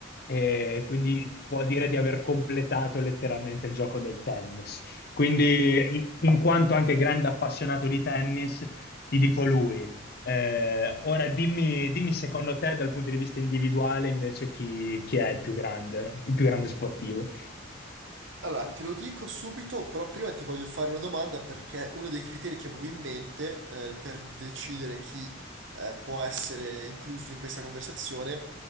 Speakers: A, on the left (about 50°); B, on the right (about 65°).
A: e quindi può dire di aver completato letteralmente il gioco del tennis. Quindi, in in quanto anche grande appassionato di tennis, ti dico lui. Eh, ora dimmi, dimmi secondo te, dal punto di vista individuale, invece, chi, chi è il più grande, il più grande sportivo?
B: Allora, te lo dico subito, però prima ti voglio fare una domanda perché uno dei criteri che avevo in mente eh, per decidere chi eh, può essere incluso in questa conversazione,